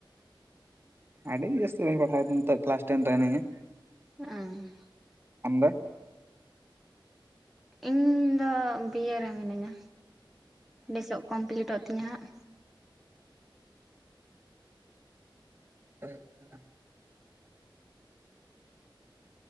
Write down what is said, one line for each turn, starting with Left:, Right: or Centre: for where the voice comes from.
Right: ᱟᱹᱰᱤ ᱡᱟᱹᱥᱛᱤ ᱵᱟᱹᱧ ᱯᱟᱲᱦᱟᱣ ᱠᱟᱱᱛᱚ ᱠᱮᱞᱟᱥ ᱴᱮᱱ ᱨᱮ ᱦᱮᱱᱟᱹᱧᱟ᱾
Centre: ᱟᱸ
Right: ᱟᱢ ᱫᱚ
Centre: ᱤᱧ ᱫᱚ ᱵᱤᱭᱮ ᱨᱮ ᱢᱤᱱᱟᱹᱧᱟ ᱱᱮᱥᱚᱜ ᱠᱚᱢᱯᱞᱤᱴᱚᱜ ᱛᱤᱧᱟᱹ ᱦᱟᱸᱜ᱾
Right: ᱦᱮᱸ <unintelligible>